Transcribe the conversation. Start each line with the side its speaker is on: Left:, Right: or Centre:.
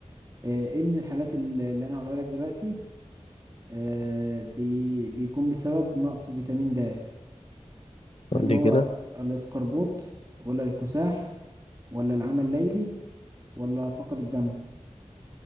Right: آه، ايه من الحالات الل- اللي انا هقولها لك دلوقتي آه، بي بيكون بسبب نقص فيتامين د هل
Left: قول
Right: هو
Left: لي كده
Right: الاسقربوط ولا الكساح ولا العمى الليلي ولا فقر الدم